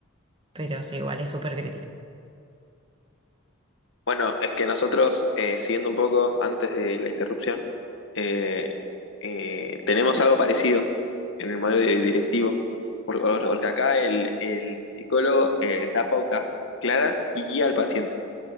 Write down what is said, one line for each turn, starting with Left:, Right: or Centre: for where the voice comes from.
Right: pero sí, igual es súper crítica.
Left: Bueno, es que nosotros, eh, siguiendo un poco antes de la interrupción, eh, eh, tenemos algo parecido en el modelo di- directivo, por- por- porque acá el, el psicólogo eh, da pautas claras y guía al paciente.